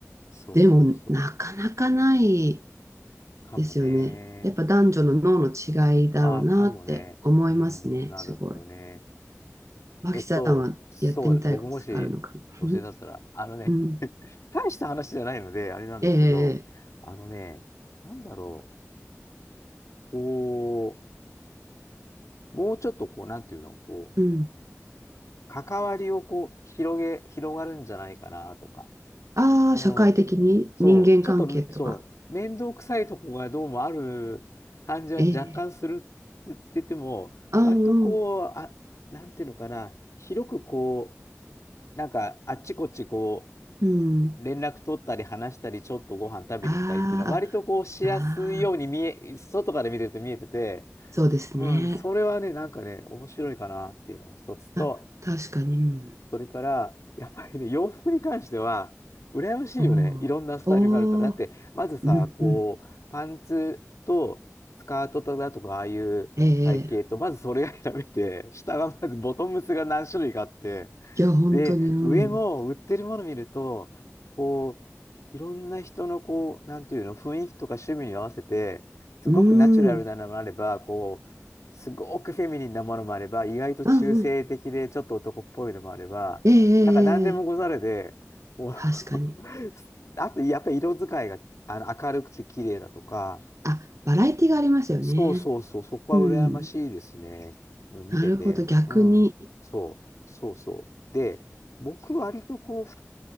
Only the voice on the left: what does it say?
そうそうそう。
かもね。
ああ、かもね。うん、なるほどね。
えっと、そうね、僕もし女性だったら、
あのね、
<laughs> 大した話じゃないので、あれなんですけど、
あのね、なんだろう、こう、もうちょっとこう、なんていうの、こう、
関わりをこう、広げ、広がるんじゃないかなとか。
うん。
そう、ちょっとめ、そう、面倒くさいとこがどうもある感じは若干するって言っても、
割とこう、
あ、なんていうのかな、広くこう、なんか、あっちこっちこ
う、連絡取ったり話したり、ちょっとご飯食べに行ったりっていうのは、
割とこう、しやすいように見え、
外から見てると見えてて、
うん、それはね、なんかね、面白いかなっていうのが一つと、
それから、やっぱりね、洋服に関しては、羨ましいよね。
いろんなスタイルがあるから。
だって、
まずさ、
こう、パンツとスカートだとか、ああいう体型と、
まずそれが選べて、下がまずボトムスが何種類かあって、
で、
上も売ってるもの見ると、こう、いろんな人のこう、なんていうの、雰囲気とか趣味に合わせて、すごくナチュラルなのもあれば、
こう、すごくフェミニンなものもあれば、意外と中性的でちょっと男っぽいのもあれば、
なんか何でもござるで、
こう
<laughs> あとやっぱり色使いがあの明るくて綺麗だとか、
そうそうそう、そこは羨ましいですね。
うん、見てて。
うん。そう、そうそう。で、僕割とこう、